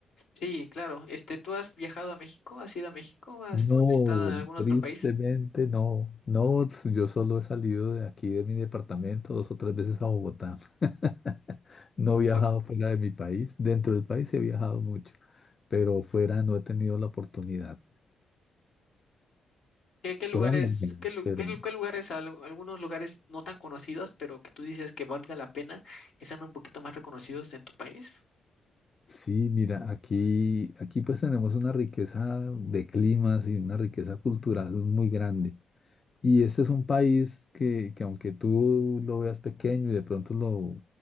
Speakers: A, on the left; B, on the left.
A: sí, claro, este, ¿tú has viajado a México? ¿Has ido a México? ¿Has
B: No,
A: estado en algún otro
B: tristemente
A: país?
B: no. No, yo solo he salido de aquí, de mi departamento, dos o tres veces a Bogotá. <laughs> No he viajado
A: ¿O
B: fuera de mi país. Dentro del país sí he viajado mucho, pero fuera no he tenido la oportunidad.
A: ¿Qué, qué lugares,
B: Todas las veces,
A: qué, lu-
B: pero
A: qué, lu- qué lugares, al- algunos lugares no tan conocidos, pero que tú dices que valga la pena, que sean un poquito más reconocidos en tu país?
B: sí, mira, aquí, aquí pues tenemos una riqueza de climas y una riqueza cultural muy grande. Y este es un país que, que aunque tú lo veas pequeño y de pronto lo,